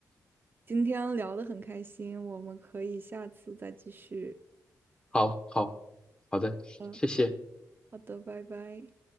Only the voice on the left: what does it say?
好，好，好的，
谢谢。